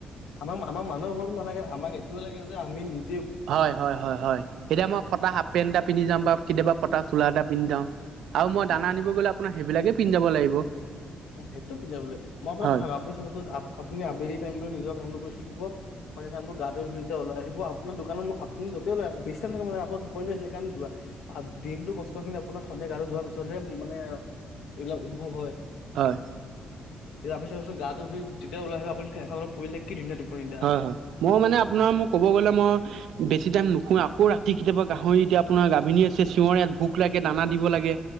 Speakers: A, on the left; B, on the right.
A: আমাক আমাৰ মানুহ হৰ নালাগে আমাক এইটোয়ও লাগে যে আমি নিজ
B: হয়, হয় হয় হয়, এতিয়া মই ফটা হাফ পেণ্ট এটা পিন্ধি যাম বা কেতিয়াবা? কটা চলা এটা পিন্ধিা জাওঁ আৰু মই
A: হয়
B: দানা আনিব গ'লে আপোনাৰ সেইবিলাকে পিন্ধ যাব লাগিব।
A: অ সেইটো পিন্ধ যাব লাগিব। মই আপুনাক
B: হয়
A: কথা ক আপুনি চাবচোন আপুনি আবেলি টাইমতো নিজৰ কামটো কৰি থাকিব সন্ধাই গাটো ধুইতে ওলাই আহিব। আপোনাৰ দোকানত ম আপুনি যতে ওলাই আহক বেছ টাইম থাকিব নালাগে, আকৌ টোপনি ধৰি যাই কাৰণ দিনটোৰ কষ্ট খিন আপোনাৰ সন্ধিয়া গাটো ধোৱাৰ পিছতহে মানে এইবিলাক উদ্ভৱ হয়।
B: হয়।
A: <unintelligible> গাটো ধুই যেতিয়া উলাই আহিব আপুনি ফেনখনত পৰিলে কি ধুনীয়া টোপনি এটা আহে
B: হয় হয় মই মানে আপোনাৰ মোক ক'ব গ'লে মই বেছি টাইম নুশু আও। আকৌ ৰাতি কেতিয়াবা গাহৰি এতিয়া আপোনাৰ গাভিনীছে চিঞৰে ভোক লাগে দানাত দিব লাগে।